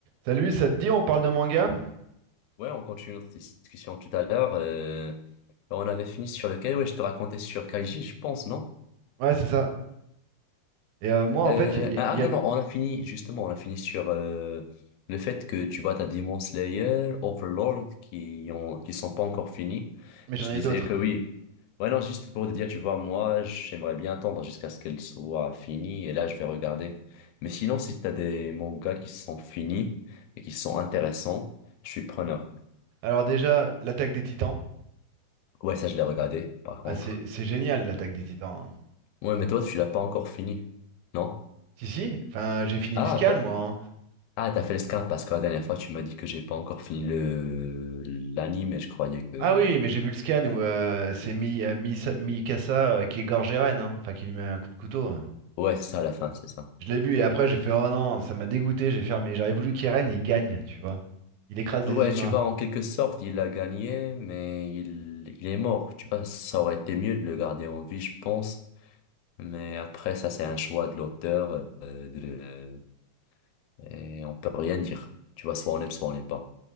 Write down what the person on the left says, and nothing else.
Ouais, on continue notre discussion tout à l'heure. euh, on avait fini sur lequel? Ouais, je te racontais sur Kaiji, je pense, non?
Euh,
ah
ah,
non, non, on a fini, justement, on a fini sur euh, le fait que tu vois, t'as Demon Slayer, Overlord qui ont, qui sont pas encore finis.
Je
disais
que oui. Ouais, non, juste pour te dire, tu vois, moi, j'aimerais bien attendre jusqu'à ce qu'elle soit finie et là, je vais regarder. Mais sinon, si t'as des mangas qui sont finis et qui sont intéressants, je suis preneur.
Ouais, ça, je l'ai regardé, par
contre.
Ouais, mais toi, tu l'as pas encore fini, non?
Ah,
pa-
ah, t'as fait le scap parce que la dernière fois, tu m'as dit que j'ai pas encore fini le l'anime et je croyais que...
Ouais, c'est ça, la fin, c'est ça.
Ouais,
tu vois, en quelque sorte, il a gagné, mais il, il est mort. Tu vois, ça aurait été mieux de le garder en vie, je pense. Mais après, ça, c'est un choix de l'auteur, euh, de- et on peut rien dire. Tu vois, soit on aime, soit on n'aime pas.